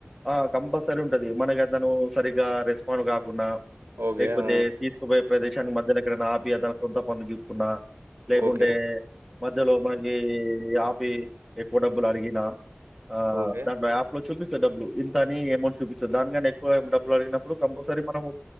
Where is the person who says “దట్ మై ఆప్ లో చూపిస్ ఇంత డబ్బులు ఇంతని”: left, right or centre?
Centre